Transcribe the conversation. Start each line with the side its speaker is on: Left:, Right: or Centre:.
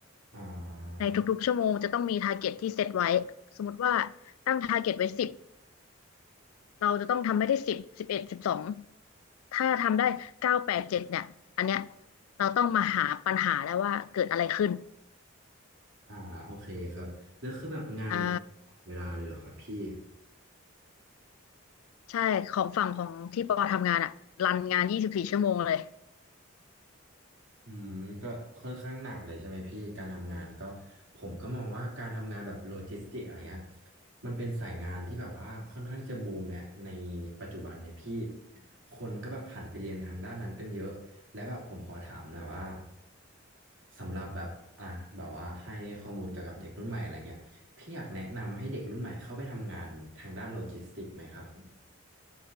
Right: อ่า
Left: ในทุกๆชั่วโมงจะต้องมี t า r g เก็ตที่เซตไว้สมมติว่าตั้ง t า r g เก็ตไว้สิบเราจะต้องทำให้ได้สิบสิบเอ็ดสิบสองถ้าทำได้เก้าแปดเจ็ดเนี่ยอันเนี้ยเราต้องมาหาปัญหาแล้วว่าเกิดอะไรขึ้น
Right: อ่าโอเคครับแล้วคือแบบงานมัน
Left: อ่า
Right: เวลาเลยเหรอครับพี่
Left: ใช่ของฝั่งของที่ปอทำงานอะรันงานยี่สิบสี่ชั่วโมงเลย
Right: อืมก็ค่อนข้างหนักเลยใช่ไหมพี่การทำงานก็ผมก็มองว่าการทำงานแบบโลจิสติกอะไรเงี้ยมันเป็นสายงานที่แบบว่าค่อนข้างที่จะบูมแหละในปัจจุบันเนี่ยพี่คนก็แบบหันไปเรียนทางด้านนั้นกันเยอะและแบบผมขอถามหน่อยว่าสำหรับแบบอ่ะแบบว่าให้ข้อมูลเกี่ยวกับเด็กรุ่นใหม่อะไรเงี้ยพี่อยากแนะนำให้เด็กรุ่นใหม่เข้าไปทำงานทางด้านโลจิสติกไหมครับผม